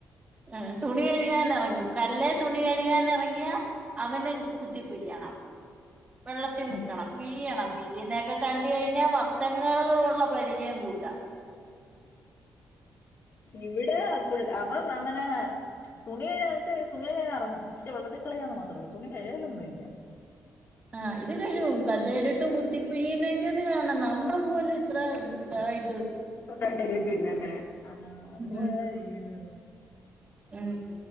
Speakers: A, on the right (about 20°); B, on the left (about 50°).
A: ആ തുണി കഴുകാൻ ഇറങ്ങും കല്ലേ തുണി കഴ ൻ ഇറങ്ങിയാ അവന് കുത്തി പിഴിയണം വെള്ളത്തി മുക്കണം
B: ഇവിടെ
A: പിഴിയണം
B: ആഹ്
A: അതൊക്കെ കണ്ട് കഴിഞ്ഞാൽ വർഷങ്ങൾ ഉള്ള പരിചയം കൂട്ടാം
B: ഇവിടെ അങ്ങനെ തുണിഴിട്ട് തുണിഴന്ന് ഇറങ്ങണം പക്ഷെ വെള്ളത്തി കളിയാന്ന് മാത്രമള്ള തുണി കഴുകലൊന്നുമ ഇല്ല
A: ആഹ ഇത് കഴിവും കല്ലേലിട്ട് കുത്തിപ്പിഴീുന്നക്കെ ഒന്ന് കാണണം നമ്മള പോലെ ഇത്ര ഇതായി്
B: തണ്ടല് പിന്നല്ലെ ആ അതുപോല
A: ഉം
B: ചെയ്യുന്നു
A: ഉം